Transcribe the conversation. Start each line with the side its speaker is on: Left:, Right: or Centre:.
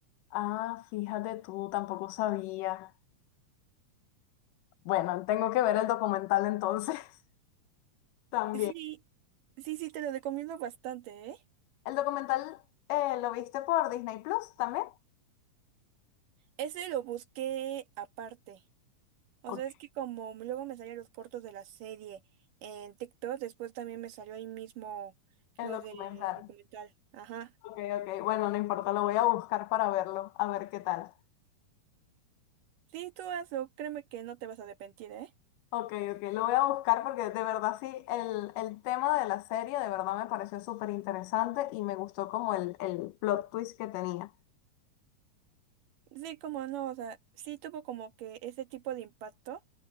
Left: Ah, fíjate tú, tampoco sabía. Bueno, tengo que ver el documental entonces <laughs> también.
Right: Sí, sí, sí, te lo recomiendo bastante, ¿eh?
Left: ¿El documental eh, lo viste por Disney Plus también?
Right: Ese lo busqué aparte. O
Left: Ok,
Right: sea, es que como luego me salían los cortos de la serie en TikTok, después también me salió ahí mismo lo
Left: El documental.
Right: de documental. Ajá.
Left: Ok, ok. Bueno, no importa, lo voy a buscar para verlo, a ver qué tal.
Right: Sí, tú hazlo, créeme que no te vas a arrepentir, ¿eh?
Left: Ok, ok, lo voy a buscar porque de verdad sí, el, el tema de la serie de verdad me pareció súper interesante y me gustó como el, el plot twist que tenía.
Right: Sí, como no, o sea, sí tuvo como que ese tipo de impacto